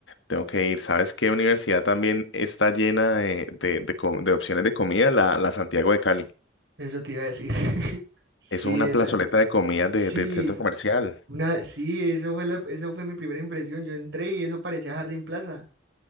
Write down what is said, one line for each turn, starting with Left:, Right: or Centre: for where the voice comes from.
Left: Tengo que ir. ¿Sabes qué universidad también está llena de, de, de co- de opciones de comida? La, la Santiago de Cali.
Right: eso te iba a decir. <laughs> Sí,
Left: Eso es una
Right: ese,
Left: plazoleta de comida
Right: sí,
Left: de, de centro comercial.
Right: una, sí, eso fue la, eso fue mi primera impresión, yo entré y eso parecía Jardín Plaza.